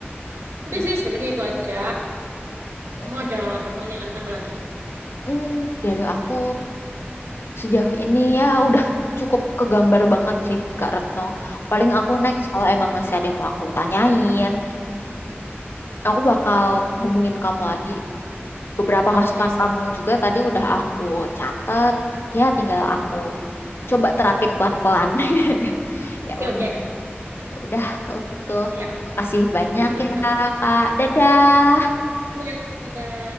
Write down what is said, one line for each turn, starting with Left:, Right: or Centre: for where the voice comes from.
Right: Udah
Left: Hmm,
Right: sih sebenarnya itu aja.
Left: mm,
Right: Mau ada
Left: mm,
Right: pertanyaan apa lagi?
Left: mm. dari aku sejauh ini ya udah cukup kegambar banget sih Kak Retno. Paling aku next kalau emang masih ada yang mau aku tanyain, aku bakal ngehubungin kamu lagi. Beberapa
Right: Oke,
Left: masukan
Right: siap.
Left: kamu juga tadi udah aku catet, ya tinggal aku coba terapin pelan-pelan. <laughs> Ya
Right: Oke,
Left: udah, ya udah kalau gitu.
Right: siap.
Left: Makasih banyak
Right: <laughs>
Left: ya, Kak. Dadah.
Right: Iya, udah.